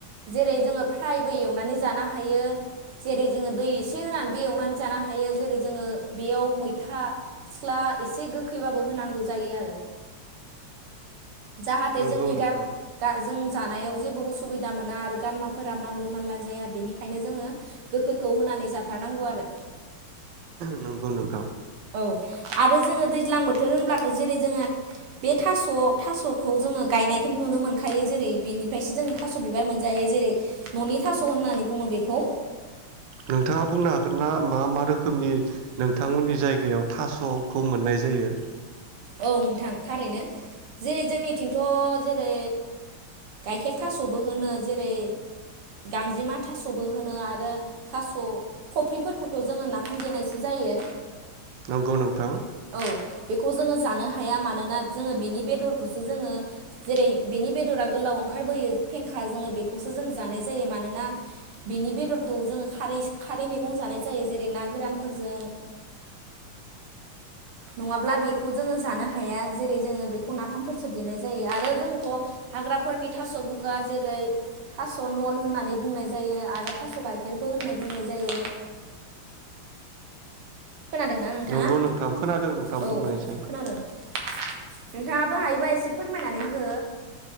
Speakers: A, on the right; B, on the right.
A: जेरै जोङो फ्रायबो एवनानै जानो हायो। जेरै जोङो दै एसे होनानैबो एवनानै जाना हायो जेरै जोङो बेयाव मैथा सिख्ला एसे गोखैबाबो होनांगौ जायो आरो जाहाथे
B: नंगौ
A: जोंनि
B: नोंथां
A: गार जों जानायाव जेबो उसुबिदा मोना आरो गारमाफोरा मानलु मानला जाया बेनिखायनो जोङो गोखैखौ होनानै जाथारनांगौ आरो।
B: नंगौ नोंथां।
A: औ आरो जोङो दैज्लां बोथोर होनब्लाथ' जेरै जोङो बे थास' थास'खौ जोङो गायनायखौनो नुनो मोनखायो जेरै बेनिफ्रायसो जोंङो थास' बिबार मोनजायो जेरै न'नि थास' होननानै बुङो बेखौ।
B: नोंथाङा बुंनो हागोनना मा मा रोखोमनि नोंथांमोननि जायगायाव थास'खौ मोननाय जायो।
A: औ नोंथां थारैनो जेरै जोंनिथिंथ' जेरै गाइखेर थास'बो होनो जेरै गांजेमा थास'बो होनो आरो थास' खफ्रिफोरखौथ' जोङो नाफाम देनायसो जायो।
B: नंगौ नोंथां।
A: औ बेखौ खौ जानो हाया मानोना जों बिनि बेदरखौसो जों जेरै बेदरा गोलाव ओंखारबोयो फेंखा जोङो बेखौ खौ जों जानाय जायो मानोना बिनि बेदरखौ जोङो खारैस खारै मैगं जानाय जायो जेरै ना गोरानफोरजों। नङाब्ला बेखौ जोङो जानो हाया जेरै जोङो बेखौ नाफामफोरसो देनाय जायो आरो जोंथ' हाग्राफोरनि थास' बुगा जेरै थास' नल होननानै बुंनाय जायो आरो थास' गाइखेरबो होननानै बुंनाय जायो। खोनादोंना नोंथाङा
B: नंगौ नोंथां खोनादों। नोंथां
A: औ
B: बुंनायसाय
A: खोनादों। नोंथाङाबो हायोबा एसे फोरमायनानै हो।